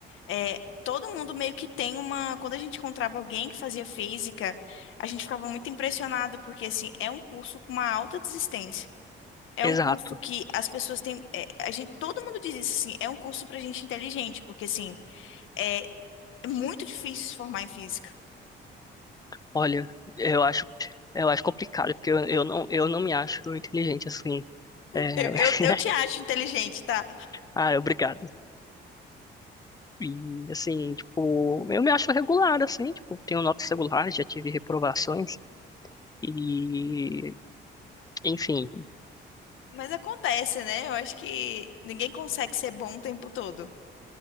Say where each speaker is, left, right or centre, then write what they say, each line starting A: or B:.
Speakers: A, on the left; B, on the left.
A: é, todo mundo meio que tem uma. Quando a gente encontrava alguém que fazia física, a gente ficava muito impressionado, porque assim, é um curso com uma alta desistência. É um
B: Exato.
A: curso que as pessoas têm. é, a gente, todo mundo diz isso, assim, é um curso pra gente inteligente, porque assim, é muito difícil se formar em física.
B: Olha, eu acho, eu acho complicado, porque eu, eu não, eu não me acho inteligente assim. É,
A: Eu, eu,
B: <laughs>
A: eu te acho inteligente, tá?
B: Ah, obrigado. E, assim, tipo, eu me acho regular, assim, tipo, tenho notas regulares, já tive reprovações, e, enfim,
A: Mas acontece, né? Eu acho que ninguém consegue ser bom o tempo todo.